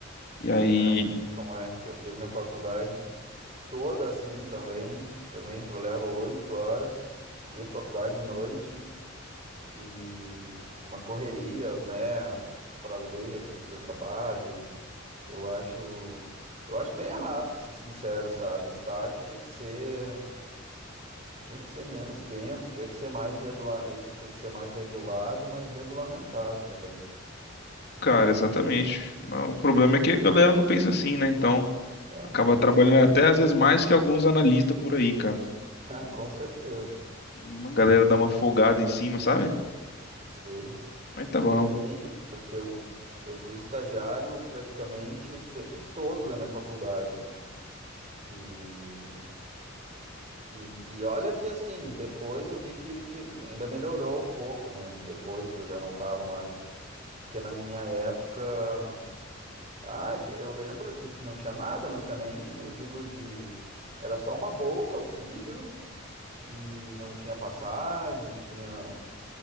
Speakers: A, on the left (about 55°); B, on the right (about 35°).
A: E aí,
B: É, é, sei como é, que eu fiz minha faculdade toda assim também, também trabalhava oito horas, ia pra faculdade de noite e uma correria, né, Pra ler, fazer trabalho, Eu acho, eu acho bem errado, pra ser sincero, sabe? Estágio tinha que ser, tinha que ser menos tempo, tinha que ser mais regular, isso tinha que ser mais regulado e mais regulamentado também.
A: cara, exatamente. Mas O problema é que a galera não pensa assim, né? Então,
B: É,
A: acaba trabalhando até às vezes mais que alguns analistas por aí, cara.
B: <laughs> é, com certeza.
A: Uma galera dá uma folgada em cima, sabe?
B: Sei.
A: Mas tá
B: Sei
A: bom.
B: bem, porque eu, eu fui estagiário praticamente o tempo todo da minha faculdade, assim. E, e, e olha que assim, depois eu vi que, que ainda melhorou um pouco, né? Depois que eu já não estava mais. Porque na minha época. Ah, ge- eu lembro, gente não tinha nada, não tinha nem, eu digo, de. Era só uma bolsa, auxílio, e não tinha passagem, não tinha